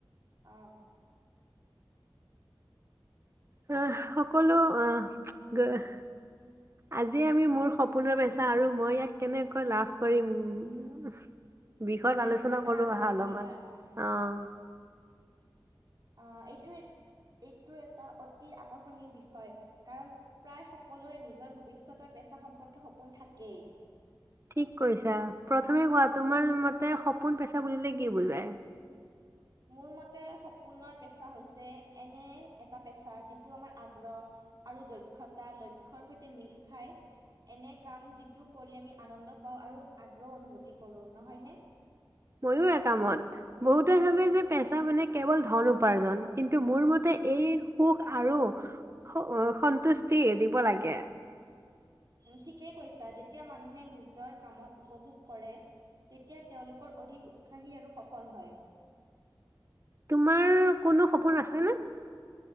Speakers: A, on the right; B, on the right.
A: অঁ
B: আহ্‌ঁ সকলো আহ্‌ঁ- আজি আমি মোৰ সপোনৰ পেচা আৰু মই ইয়াক কেনেকৈ লাভ কৰিম <unintelligible> বৃহৎ
A: ইয়াৰ
B: আলোচনা
A: বিষয়ত মানে
B: কৰো
A: আলোচনা
B: আহা অলপমান।
A: কৰিবা
B: অঁ
A: আ এইটো, এইটো এটা অতি আকৰ্ষণীয় বিষয় কাৰণ প্ৰায় সকলোৰে নিজৰ ভৱিষ্যতৰ পেছা সম্পৰ্কে সপোন থাকেই। <unintelligible>
B: ঠিক কৈছা। প্ৰথমে কোৱা তোমাৰ মতে সপোন পেছা বুলিলে কি বুজাই?
A: মোৰ মতে, সপোনৰ পেছা হৈছে-এনে এটা পেছা যিটো আমাৰ আগ্ৰহ আৰু দক্ষতা লক্ষ্যৰ সৈতে মিল খাই। এনে কাম যিটো কৰি আমি আনন্দ পাওঁ আৰু আগ্ৰহ অনুভূতি কৰো। নহয়নে? <unintelligible>
B: ময়ো একামত। বহুতে ভাৱে যে পেছা মানে কেৱল ধন উপাৰ্জন কিন্তু মোৰ মতে, এই সুখ আৰু সু- অঁ সন্তুষ্টি দিব লাগে। <unintelligible>
A: ওঁ ঠিকেই কৈছা। যেতিয়া মানুহে নিজৰ কামত উপভোগ কৰে তেতিয়া তেওঁলোকৰ অধিক উৎসাহী আৰু সফল হয়। <unintelligible>
B: তোমাৰ কোনো সপোন আছেনে? <unintelligible>